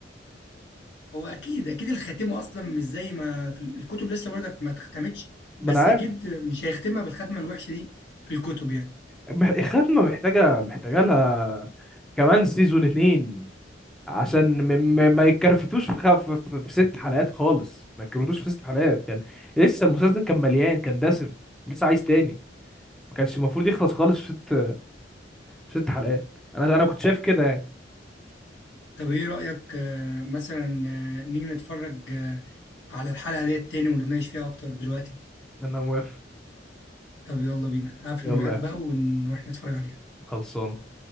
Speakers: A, on the left; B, in the centre.
A: هو اكيد اكيد الخاتمه اصلا مش زي ما في ال- الكتب لسه برضك ما اتختمتش
B: ما
A: بس
B: انا عارف
A: اكيد مش هيختمها بالختمه الوحشه دي في الكتب يعني
B: مح- الخاتمة محتاجة محتاجة لها كمان سيزون اتنين عشان م م ما يتكرفتوش في, خف في, في ست حلقات خالص ما يتكرفتوش في ست حلقات كان لسه المسلسل كان مليان كان دسم لسه عايز تاني ما كانش المفروض يخلص خالص في ست في ست حلقات انا انا كنت شايف كده يعني
A: طب ايه رأيك آه، مثلا آه، نيجي نتفرج آه، على الحلقة ديت تاني ونتناقش فيها اكتر دلوقتي
B: انا موافق
A: طب يلا بينا هقفل
B: يلا
A: معاك بقى ونروح نتفرج عليها
B: خلصانه